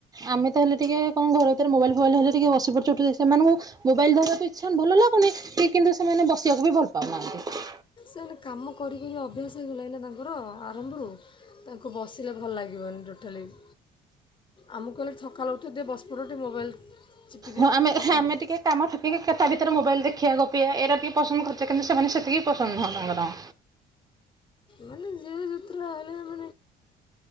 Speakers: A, on the right (about 20°); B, on the left (about 30°).
A: ଆମେ ତ ହେଲେ ଟିକିେ କଣ ଘର ଭିତରେ ମୋବାଇଲ୍ ଫୋବାଇଲ୍ ହେଲେ ଟିକେ ବସି ପଡୁଚେ ଉଠୂଚେ ସେମାନଙ୍କୁ ମୋବାଇଲ ଧରିବାକୁ ଇଚ୍ଛା ହଉନି ଭଲ ଲାଗୁନି କି କିନ୍ତୁ ସେମାନେ ବସିବାକୁ ବି ଭଲ ପାଉନାହାଁନ୍ତି।
B: ସେମାନେ କାମ କରିକରି ଅଭ୍ୟାସ ହେଇଗଲାଣି। ନା ତାଙ୍କର ଆରମ୍ଭରୁ ତାଙ୍କୁ ବସିଲେ ଭଲ ଲାଗିବନି ଟୋଟାଲେବି। ଆମକୁ ହେଲେ ସକାଳ ଉଠି ଟିକେ ବସି ପଡିବ ଟିକେ ମୋବାଇଲ୍ ଚିପିଦିଅ
A: ହଁ, ଆମେ
B: ହଁ
A: ଆମେ ଟିକେ କାମ କିିକେ କେ ତା ଭିତରେ ମୋବାଇଲ୍ ଦେଖିବା ଗପିିବା ଏରା ଟିକେ ପସନ୍ଦ କରୁଚେ କିନ୍ତୁ, ସେମାନେ ସେତିକି ପସନ୍ଦ ନୁହଁ ତାଙ୍କର।
B: ମାନେ ଜିଏ ଯେ ରହିଲେ ବି